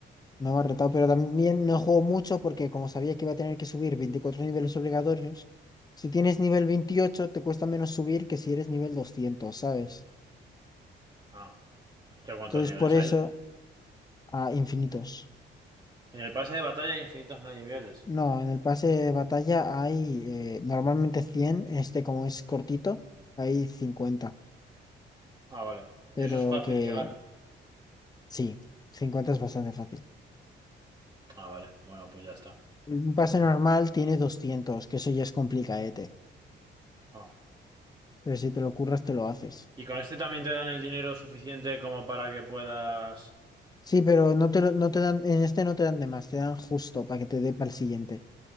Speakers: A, on the left; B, on the right.
A: No me ha retado, pero también no juego mucho porque como sabía que iba a tener que subir 24 niveles obligatorios, si tienes nivel 28 te cuesta menos subir que si eres nivel doscientos ¿sabes?
B: Ah, ¿qué cuántos
A: Entonces
B: niveles
A: por eso
B: hay?
A: a infinitos.
B: En el pase de batalla hay infinitos niveles.
A: No, en el pase de batalla hay eh, normalmente cien este como es cortito, hay cincuenta
B: Ah, vale.
A: pero
B: ¿Y eso es fácil
A: que
B: llegar?
A: sí, 50 es bastante fácil.
B: Ah, vale. Bueno, pues ya está. Entonces,
A: Un pase normal
B: no.
A: tiene doscientos que eso ya es complicadete,
B: ah.
A: pero si te lo curras te lo haces.
B: ¿Y con este también te dan el dinero suficiente como para que puedas...
A: Sí, pero no te, lo- no te dan, en este no te dan de más, te dan justo para que te dé para el siguiente.